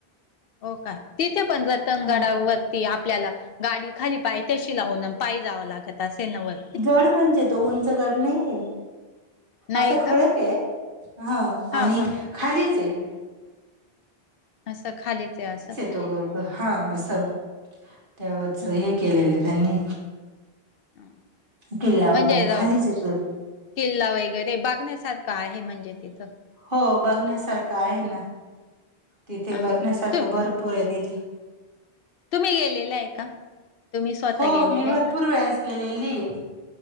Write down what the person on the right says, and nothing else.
हा
गड म्हणजे तो उंच गड नई ये.
असं खडक
ये, आणि
खालीच ये.
त हा अस तेव्हाच
हे केलेलं त्यांनी
किल्ला वगैरे खालीच
येतो
हो बघण्यासारखं आहे ना, तिथे
बघण्यासारखं
भरपूर आहे तिथे.
हो,
मी भरपूर
वेळेस गेलेली ये,